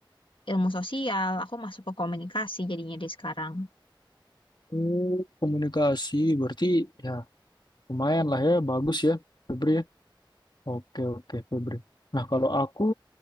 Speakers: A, on the left; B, on the left.
A: Ilmu Sosial, aku masuk ke komunikasi jadinya di sekarang.
B: Oh, komunikasi. Berarti ya lumayan lah ya, bagus ya Febri ya. Oke, oke, Febri. Nah, kalau aku